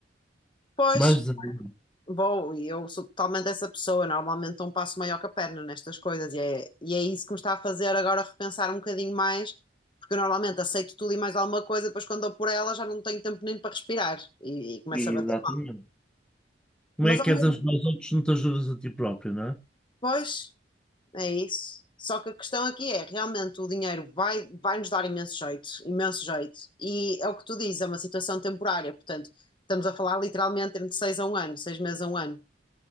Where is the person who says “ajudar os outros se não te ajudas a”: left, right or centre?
Centre